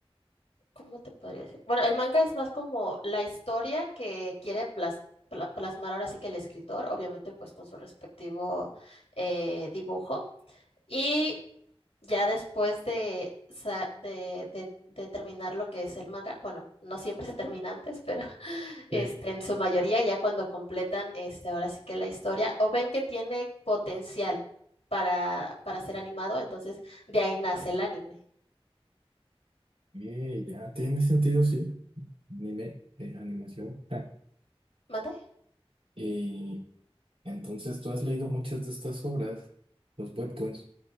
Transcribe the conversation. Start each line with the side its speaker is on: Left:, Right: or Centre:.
Left: ¿cómo te podría decir? Bueno, el manga es más como la historia que quiere plas- pla- plasmar ahora sí que el escritor, obviamente pues con su respectivo eh, dibujo. Y Ya después de, sa- de, de- de terminar lo que es el manga, bueno, no siempre se termina antes, pero <laughs> este,
Right: Sí.
Left: en su mayoría ya cuando completan este, ahora sí que la historia o ven que tiene potencial para, para ser animado, entonces de ahí nace el anime.
Right: Eh, ya tiene sentido, sí. Anime, eh, animación. Ja.
Left: ¿Mande?
Right: Y entonces tú has leído muchas de estas obras, los webtoons.